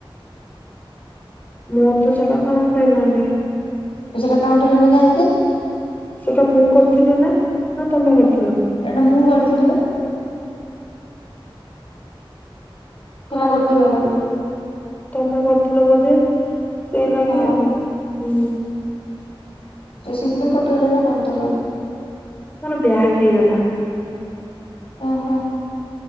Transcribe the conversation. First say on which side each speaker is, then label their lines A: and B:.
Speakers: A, on the left (about 20°); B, on the left (about 80°).
A: ମୁଁ ତ ସେଟା କାଉଣ୍ଟ ହେଲାନି
B: ତୁ ସେଟା କଉଣ୍ଟର ହେଲାନି କାହିଁକି
A: ସେଟା ମୁଁ କରିଥିଲି ନା ନା ତମେ କରି
B: ଏଟା ମୁଁ କରିଥିଲି ବା ସେଟା
A: କ
B: କଟିଗଲା
A: ତମେ କରଥିଲ ବୋଧେ ସେଇ ଲାଗେ
B: ହଁ
A: ଆଉ ହୁଁ
B: ତ ସେଇଥିପାଇଁ କୋଟି ଗଲା ନା କଣ ତର
A: ମୋର ବ୍ୟାଗ ହେଇଗଲା
B: ଓହୋ